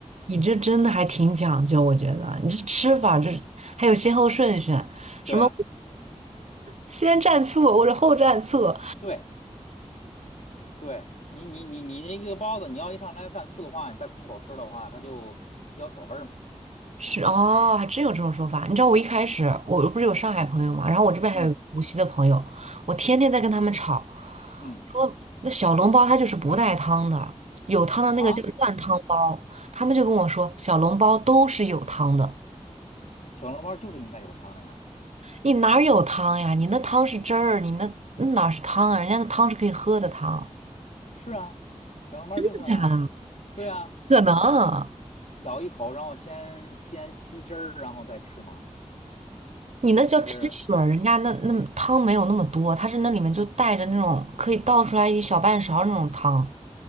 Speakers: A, on the right; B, on the left.
A: 你这真的还挺讲究，我觉得你这吃法这还有先后顺序，什么
B: 对啊。
A: 先蘸醋或者后蘸醋，
B: 对对，你你你你那个包子，你要一上来要蘸醋的话，你再空口吃的话，它就比较褶味儿嘛。
A: 是哦，还真有这种说法。你知道我一开始我不是有上海朋友嘛，
B: 嗯
A: 然后我这边还有一个无锡的朋友，
B: 嗯
A: 我天天在跟他们吵，
B: 嗯，
A: 说那小笼包它就是不带汤的，有汤的那个叫灌汤包。
B: 啊，
A: 他们就跟我说小笼包都是有汤的，
B: 小笼包就是应该有汤的呀。
A: 你哪儿有汤呀？你那汤是汁儿，你那那哪是汤啊？人家那汤是可以喝的汤，
B: 是啊，小笼包就是啊，
A: 真的假的？
B: 对啊，
A: <laughs> 可能。
B: 咬一口，然后先先吸汁儿，然后再吃嘛，
A: 你那叫汁水儿人家那那汤没有那么多，
B: 像是
A: 它是那里面就带着那种可以倒出来一小半勺儿那种汤。